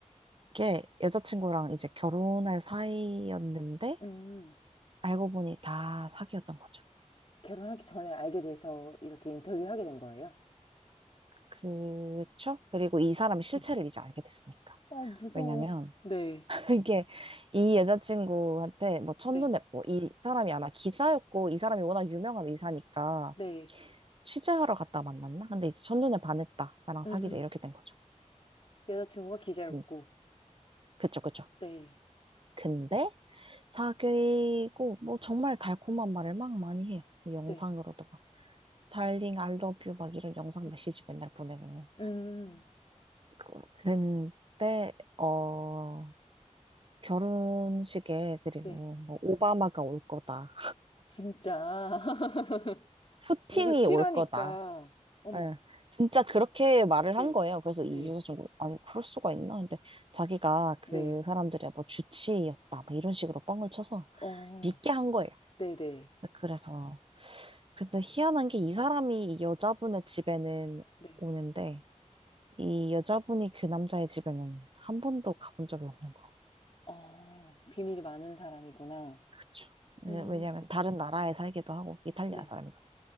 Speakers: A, on the right (about 45°); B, on the left (about 45°).
A: 게 여자친구랑 이제 결혼할 사이였는데
B: 음.
A: 알고 보니 다 사기였던 거죠.
B: 결혼하기 전에 알게 돼서 이렇게 인터뷰하게 된 거예요?
A: 그쵸? 그리고 이 사람
B: <laughs>
A: 실체를 이제 알게 됐으니까.
B: 어, 무서워.
A: 왜냐면
B: 네.
A: <laughs> 이게 이 여자친구한테 뭐 첫눈에
B: 네.
A: 뭐 이 사람이 아마 기자였고 이 사람이 워낙 유명한 의사니까
B: 네.
A: 취재하러 갔다 만났나? 근데 이제 첫눈에 반했다. 나랑
B: 음.
A: 사귀자 이렇게 된 거죠.
B: 여자친구가 기자였고,
A: 근, 그쵸, 그쵸.
B: 네,
A: 근데 사귀고 뭐 정말 달콤한 말을 막 많이 해요. 영상으로도
B: 네,
A: 막. 달링 I love you 막 이런 영상
B: 음,
A: 메시지 맨날 보내고
B: 음.
A: 그- 근데 어 결혼식에 그리고
B: 네,
A: 뭐 오바마가 올 거다
B: 진짜. <laughs>
A: 푸틴이
B: 이거 실하니까,
A: 올 거다
B: 어머,
A: 예 진짜 그렇게 말을
B: 네,
A: 한 거예요 그래서 이
B: 네,
A: 이유가 좀 아니 그럴 수가 있나 근데 자기가 그
B: 네,
A: 사람들의 뭐 주치의였다 뭐 이런 식으로 뻥을 쳐서
B: 어,
A: 믿게 한 거예요
B: 네, 네,
A: 그래서 근데 희한한 게 이 사람이 이 여자분의 집에는
B: 네,
A: 오는데 이 여자분이 그 남자의 집에는 한 번도 가본 적이 없는 거예요.
B: 어, 비밀이 많은 사람이구나.
A: 그쵸. 네,
B: 음, 음.
A: 왜냐면 다른 나라에 살기도 하고 이탈리아
B: 네,
A: 사람이거든요.